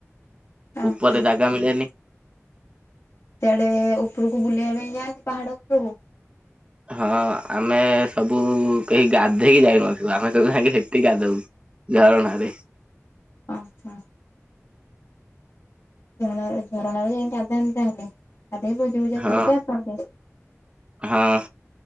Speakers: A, on the left; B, on the right.
A: ଓହୋ।
B: ଉପରେ ଜାଗା ମିଳେନି।
A: ସେ ଆଡ଼େ ଉପରକୁ ବୁଲିବା ପାଇଁ ଯାଆନ୍ତି ପାହାଡ ଉପରକୁ?
B: ହଁ ଆମେ ସବୁ କେହି ଗାଧେଇକି ଯାଇନଥିବୁ ଆମେ ସବୁ ଯାଇକି ସେଠି ଗାଧୋଉ। ଝରଣାରେ।
A: ଓ ହଁ ଝରଣା ରେ, ଝରଣା ରେ ଯାଇକି ଗାଧାନ୍ତି ତାହେଲେ। ତାପରେ ଭୋଜିିଫୋଜି
B: ହଁ
A: କରିକି ଆସନ୍ତି
B: ହଁ।